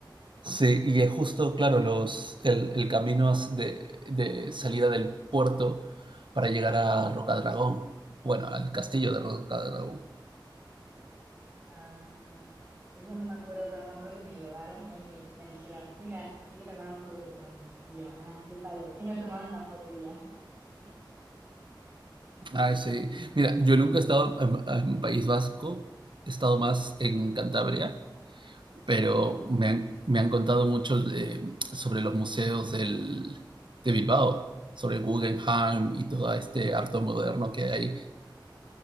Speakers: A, on the right; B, on the right.
A: Sí, y es justo, claro, los, el, el camino as- de, de salida del puerto para llegar a Rocadragón. Bueno, al castillo de Rocadragón.
B: Ah, eso no me acuerdo, pero me acuerdo que me llevaron y ahí me, me dijeron, mira, aquí grabaron Juego de Tronos. Y yo, ay, qué padre. Y me tomaron una foto y ya.
A: Ah, sí. Mira, yo nunca he estado en, en País Vasco, he estado más en Cantabria, pero
B: Ok.
A: me han, me han contado mucho de- sobre los museos del, de Bilbao, sobre el Guggenheim y todo este arte moderno que hay.